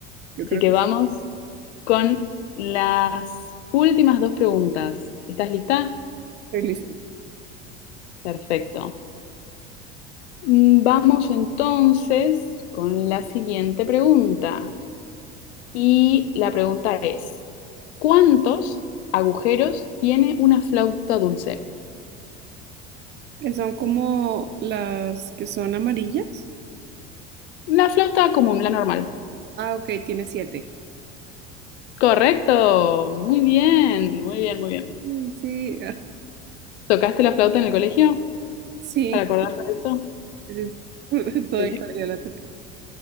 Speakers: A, on the right; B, on the left.
A: Yo
B: Así
A: creo
B: que
A: que
B: vamos
A: sí.
B: con las últimas dos preguntas. ¿Estás lista?
A: Estoy lista.
B: Perfecto. Mm, Vamos entonces con la siguiente pregunta. Y la pregunta es, ¿cuántos agujeros tiene una flauta dulce?
A: Eh, Son como las que son amarillas.
B: La flauta común, la normal.
A: Ah, ok, tiene siete.
B: Correcto. Muy bien, muy bien, muy bien.
A: Ay, Sí,
B: ¿Tocaste la flauta en el colegio?
A: <laughs>
B: ¿Para acordarte
A: sí,
B: de eso?
A: sí, sí. sí. <laughs> Toda
B: Sí.
A: en claridad la toqué.